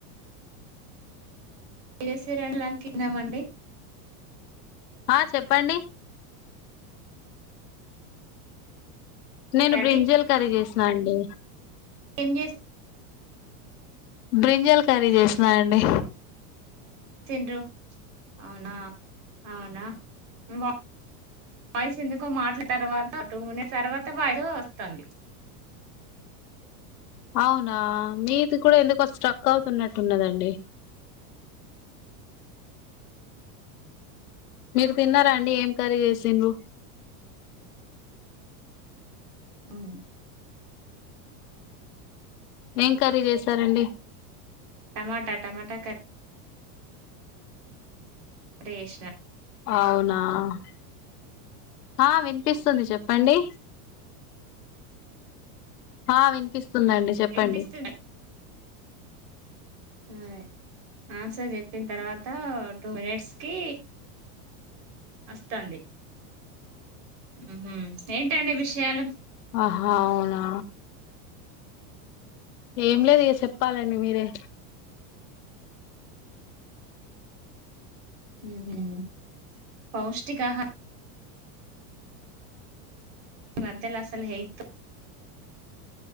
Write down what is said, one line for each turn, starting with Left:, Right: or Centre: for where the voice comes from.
Right: ఏసి రన్ లంక్ కిన్నామండి
Left: ఆ చెప్పండి నేను
Right: కర్రీ
Left: బ్రింజల్ కర్రీ చేస్ అండి
Right: ఎం జెస్
Left: బ్రింజాల్ కర్రీ చేసినా అండి
Right: తిండ్రు అవునా అవునా వా వాయిసు ఎందుకో మాటల తర్వాత టు మినిట్స్ తర్వాత వాయిదో వస్తాంది
Left: అవునా మీది కూడా ఎందుకో స్ట్రక్ అవుతున్నట్టు ఉన్నదండి మీరు తిన్నారా అండి ఏం కర్రీ చేసిరు
Right: అ
Left: ఏం కర్రీ చేసరండి
Right: టమాటా టమాటా కర్రీ టేష్ణ
Left: అవును ఆ ఆ వి ఇప్పిస్తుంది చెప్పండి హా వినుపీస్ వతుందండి చెప్పండి
Right: వినిపిస్తుంది అరే ఆన్సర్ చెప్పిన తర్వాత టూ మినిట్స్ కి వస్తాంది ఉ హు ఏంటండి విషయాలు
Left: ఆహా అవునా ఏం లేదు ఇగ చెప్పాలండి మీరే
Right: ఉ హు పౌష్టికాహ ఇ మద్యలా అసలు హెల్త్